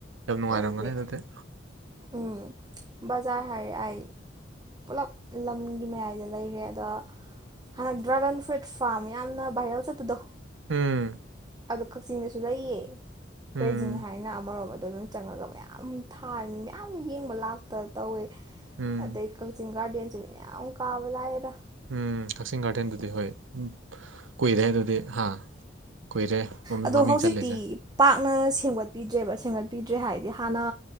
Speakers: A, on the right; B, on the right.
A: ꯌꯥꯝ ꯅꯨꯡꯉꯥꯏꯔꯝꯒꯅꯤ
B: ꯑꯗꯩꯗꯤ
A: ꯑꯗꯨꯗꯤ
B: ꯎꯝ ꯕꯖꯥꯔ ꯍꯥꯏꯔꯦ ꯑꯩ ꯄꯨꯂꯞ ꯂꯝꯒꯤ ꯃꯌꯥꯏꯗ ꯂꯩꯔꯦ ꯑꯗ‌ꯣ ꯍꯟꯗꯛ ꯗ꯭ꯔꯥꯒꯟ ꯐ꯭ꯔꯨꯏꯠ ꯐꯥꯔꯝ ꯌꯥꯝꯅ ꯚꯥꯏꯔꯦꯜ ꯆꯠꯄꯗꯣ
A: ꯎꯝ
B: ꯑꯗꯣ ꯀꯛꯆꯤꯡꯗꯁꯨ ꯂꯩꯌꯦ ꯀ꯭ꯔꯦꯖꯤꯡ
A: ꯎꯝ
B: ꯍꯥꯏꯅ ꯑꯃꯔꯣꯝꯗꯣ ꯑꯗꯨꯝ ꯆꯪꯉꯒ ꯃꯌꯥꯝ ꯊꯥꯔꯅꯤ ꯃꯌꯥꯝ ꯌꯦꯡꯕ ꯂꯥꯛꯄ ꯇꯧꯋꯦ
A: ꯎꯝ
B: ꯑꯗꯩ ꯀꯛꯆꯤꯡ ꯒꯥꯔꯗꯟꯁꯨ ꯃꯌꯥꯝ ꯀꯥꯕ ꯂꯥꯛꯑꯗ
A: ꯎꯝ ꯀꯛꯆꯤꯡ ꯒꯥꯔꯗꯦꯟꯗꯨꯗꯤ ꯍꯣꯏ ꯎꯝ ꯀꯨꯏꯔꯦ ꯍꯥꯏꯗꯨꯗꯤ ꯍꯥ ꯀꯨꯏꯔꯦ ꯃꯃꯤꯡ
B: ꯑꯗꯣ
A: ꯃꯃꯤꯡ
B: ꯍꯧꯖꯤꯛꯇꯤ
A: ꯆꯠꯂꯤꯁꯦ
B: ꯄꯥꯛꯅ ꯁꯦꯝꯒꯠꯄꯤꯗ꯭ꯔꯦꯕ ꯁꯦꯝꯒꯠꯄꯤꯗ꯭ꯔꯦ ꯍꯥꯏꯗꯤ ꯍꯥꯟꯅ